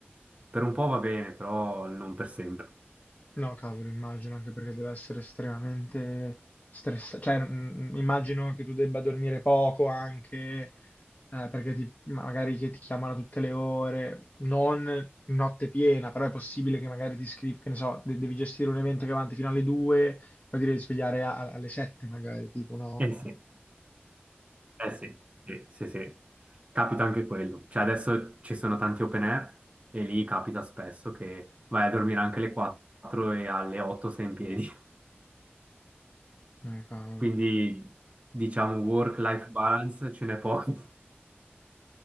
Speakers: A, on the right; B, on the left.
A: Per un po' va bene, però non per sempre.
B: No, cavolo, immagino, anche perché deve essere estremamente stressante. Cioè, mm, mm, immagino che tu debba dormire poco anche, eh, perché ti- magari che ti chiamano a tutte le ore, non notte piena, però è possibile che magari ti scrivi, che ne so, de- devi gestire un evento che va avanti fino alle 2, poi ti devi svegliare a- alle 7 magari, tipo, no?
A: Eh sì, eh sì, sì, sì, sì. Capita anche quello. Cioè adesso ci sono tanti open air e lì capita spesso che vai a dormire anche alle 4 e alle 8 sei in piedi. <laughs>
B: Eh, cavolo.
A: Quindi diciamo work-life balance ce n'è poco. <laughs>